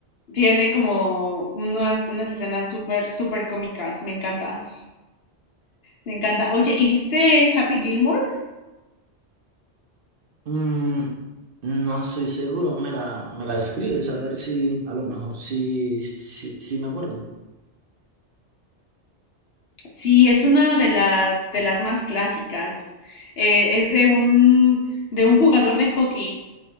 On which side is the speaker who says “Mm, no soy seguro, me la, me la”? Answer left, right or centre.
Right